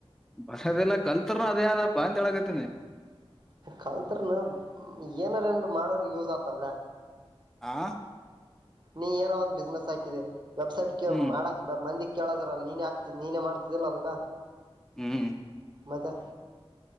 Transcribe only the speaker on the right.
ಕಲ್ತ್ರನ ಏನಾರ ಹಿಂಗ್ ಮಾಡೋದು ಯೂಸ್ ಆತವಲ್ಲಾ
ನೀ ಏನೋ ಒಂದ್ ಬಿಸ್ನೆಸ್ ಹಾಕಿದೆ ವೆಬ್ಸೈಟ್ಗೆ
ಮಾಡಕ್ ಬ ಮಂದಿ ಕೇಳೋದರಲ್ಲ ನೀನೇ ಆಗ್ತಿದ್ ನೀನೇ ಮಾಡ್ತಿದ್ದಲ್ಲ ಅದಕ್ಕ
ಮತ್ತೆ